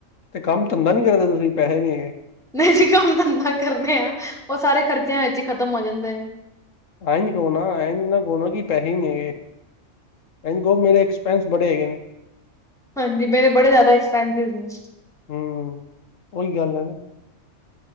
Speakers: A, on the left; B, in the centre.
A: ਤੇ ਕੰਮ-ਧੰਦਾ ਨੀ ਕਰਦੇ ਤੁਸੀਂ ਪੈਸੇ ਨਹੀਂ ਹੈਗੇ।
B: ਨਹੀਂ ਜੀ ਕੰਮ-ਧੰਦਾ ਕਰਦੇ ਆਂ, ਉਹ ਸਾਰੇ ਖਰਚਿਆਂ ਵਿੱਚ ਈ ਖਤਮ ਹੋ ਜਾਂਦੇ ਨੇ।
A: ਐਂ ਨੀ ਕਹੋ ਨਾਂ, ਐਂ ਨੀ ਨਾਂ ਕਹੋ, ਵੀ ਪੈਸੇ ਨੀਂ ਹੈਗੇ। ਐਂ ਨੀ ਕਹੋ ਮੇਰੇ ਐਕਸਪੈਂਸ ਬੜੇ ਹੈਗੇ ਨੇ
B: ਹਾਂਜੀ, ਬਿੱਲ ਬੜੇ ਜਿਆਦਾ ਐਕਸਪੈਸਿਵ ਨੇ।
A: ਹੂੰ, ਉਹੀ ਗੱਲ ਐ।